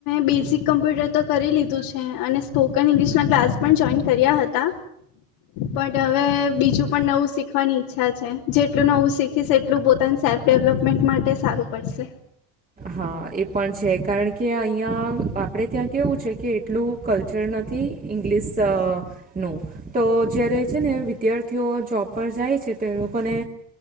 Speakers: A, on the left; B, on the right.
A: બેસિક કમપ્યુટર તો કરી લીધું છે અને સ્પોકન ઇંગ્લિશના ક્લાસ પણ જોઈન કર્યા હતા, પણ હવે બીજું પણ નવું શીખવાની ઈચ્છા છે, જેટલું નવું શીખીશ એટલું પોતાની સેલ્ફ ડેવલપમેન્ટ માટે સારું પડશે
B: હા એ પણ છે કારણ કે અહીંયા આપણે ત્યાં કેવું છે કે એટલું કલ્ચર નથી ઇંગ્લિશનું તો જ્યારે છે, ને વિદ્યાર્થીઓ જોબ પર જાય છે, તે લોકોને